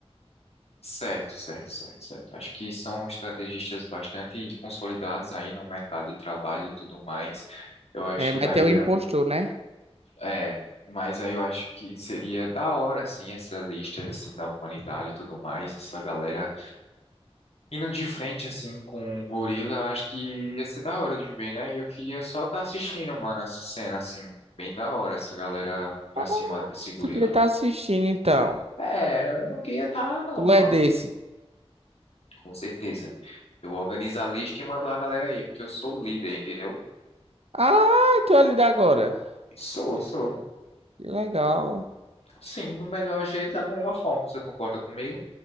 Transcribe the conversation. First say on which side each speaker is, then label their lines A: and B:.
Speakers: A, on the left (about 70°); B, on the right (about 70°).
A: Certo, certo, certo, certo. Acho que são estrategistas bastante consolidados aí no mercado de trabalho e tudo mais. Eu acho
B: É,
A: que
B: mas
A: daria,
B: tem um impostor, né?
A: é, mas aí eu acho que seria da hora, assim, essa lista, assim, da humanidade e tudo mais, essa galera indo de frente, assim, com o gorila, eu acho que ia ser da hora de ver, né? E eu queria só estar assistindo, mano, essa cena, assim, bem da hora, essa galera pra
B: Ah,
A: cima desse gorila.
B: Tu queria estar assistindo, então.
A: É, eu não queria estar lá não,
B: Tu
A: mano.
B: é desse.
A: Com certeza. Eu organizo a lista e mando a galera aí, porque eu sou líder, entendeu?
B: Ah, tu é ali da agora.
A: Sou, sou.
B: Que legal.
A: Sim, do melhor jeito, da melhor forma. Você concorda comigo?